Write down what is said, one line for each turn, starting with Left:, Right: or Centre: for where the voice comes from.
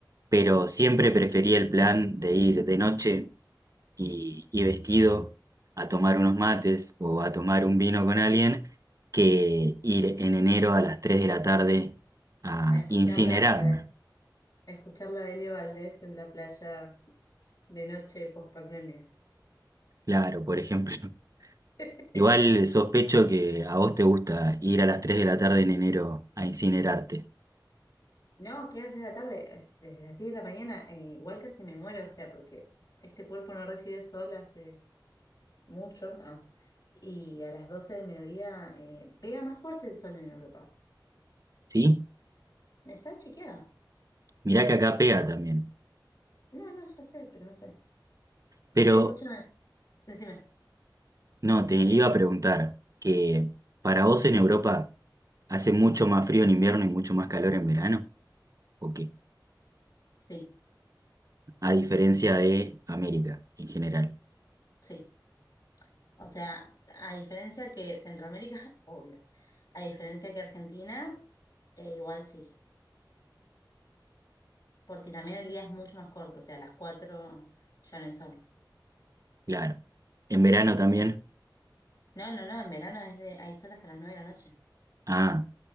Right: pero siempre prefería el plan de ir de noche y, y vestido
Left: Sí.
Right: a tomar unos mates o a tomar un vino con alguien que ir en enero a las 3 de la tarde a
Left: A escuchar
Right: incinerarme.
Left: la, la, a escuchar la de Leo Valdés en la playa de noche post pandemia.
Right: Claro, por ejemplo. <laughs>
Left: <laughs>
Right: Igual sospecho que a vos te gusta ir a las 3 de la tarde en enero a incinerarte,
Left: No, ¿qué hace la tarde? Es- Desde las 10 de la mañana, eh, igual casi me muero, o sea, porque este cuerpo no recibe sol hace mucho. ah, y a las doce del mediodía eh, pega más fuerte el sol en Europa.
Right: ¿sí?
Left: Está chequeada.
Right: Mirá que acá
Left: por-
Right: pega también.
Left: No, no, ya sé, pero no sé.
Right: Pero
Left: Che, escucha Decime,
Right: no, te iba a preguntar que para vos en Europa hace mucho más frío en invierno y mucho más calor en verano. Ok.
Left: sí,
Right: A diferencia de América en general.
Left: sí. O sea, a diferencia que Centroamérica, <laughs> obvio. A diferencia que Argentina, eh, igual sí. Porque también el día es mucho más corto. O sea, a las 4 ya no hay sol.
Right: Claro. En verano
Left: Y es como.
Right: también.
Left: No, no, no, en verano es de, hay sol hasta las 9 de la noche.
Right: Ah,